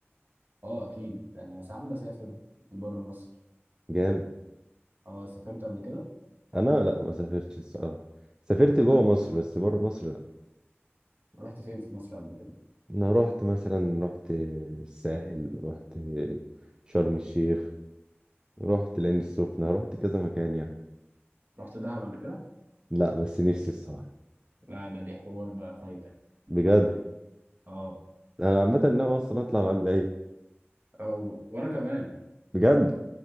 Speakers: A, on the right; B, on the right.
A: اه اكيد يعني ساعات بسافر بره مصر
B: جامد
A: اه سافرت قبل كده
B: انا لا ما سافرتش الصراحة سافرت جوه
A: آه،
B: مصر بس بره مصر لا
A: رحت فين في مصر قبل كده
B: انا رحت مثلا رحت الساحل رحت شرم الشيخ رحت العين السخنة رحت كذا مكان يعني
A: رحت دهب قبل كده
B: لا بس نفسي الصراحة
A: لا ده دي حوار بقى فايتك
B: بجد
A: فايتك اه
B: انا عامة ناوي اصلا اطلع بعد العيد
A: اه و- وانا كمان
B: بجد